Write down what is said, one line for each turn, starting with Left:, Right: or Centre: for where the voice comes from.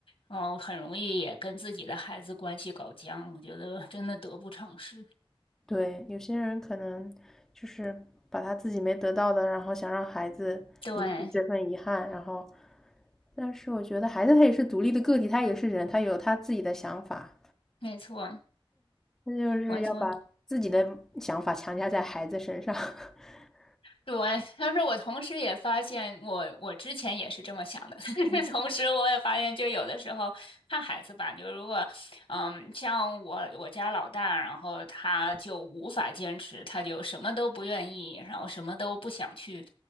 Left: 然后很容易也跟自己的孩子关系搞僵，我觉得真的得不偿失。
Centre: 对，有些人可能就是把他自己没得到的，然后想让孩子弥补这份遗憾，
Left: 对，
Centre: 然后，但是我觉得孩子他也是独立的个体，他也是人，他有他自己的想法，
Left: 没错，
Centre: 他就是要把自己的想法强加在孩子身上。
Left: 没错。
Centre: <laughs>
Left: 对，<laughs> 但是我同时也发现我，我之前也是这么想的。
Centre: 嗯
Left: <laughs> 同时，我也发现，就有的时候看孩子吧，就如果，嗯，像我我家老大，然后他就无法坚持，他就什么都不愿意，然后什么都不想去，